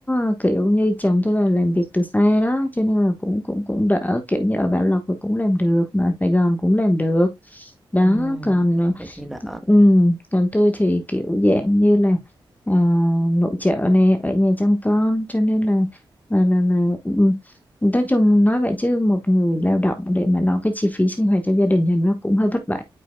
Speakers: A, on the left; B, in the centre.
A: ờ, kiểu như chồng tôi là làm việc từ xa đó cho nên là cũng cũng cũng đỡ kiểu như ở Bảo Lộc thì cũng làm được mà Sài Gòn cũng làm được đó
B: Ừm,
A: còn ờ,
B: vậy thì đỡ,
A: Ừ, còn tôi thì kiểu dạng như là à, nội trợ nè ở nhà chăm con cho nên là là là, là ừ, nói chung nói vậy chứ một người lao động để mà lo cái chi phí sinh hoạt cho gia đình thì nó cũng hơi vất vả